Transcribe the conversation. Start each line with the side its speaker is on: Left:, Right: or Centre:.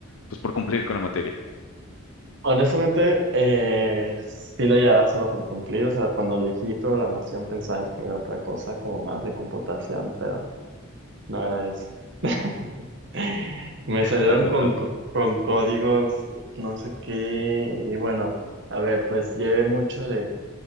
Left: pues por cumplir con la materia?
Right: Honestamente, eh, sí lo llevaba solo por cumplir. O sea, cuando elegí programación pensaba que era otra cosa, como más de computación, pero No era eso. <laughs> Me salieron
Left: Paso,
Right: con,
Left: paso.
Right: co- con códigos, no sé qué, y bueno, a ver, pues llevé mucho de,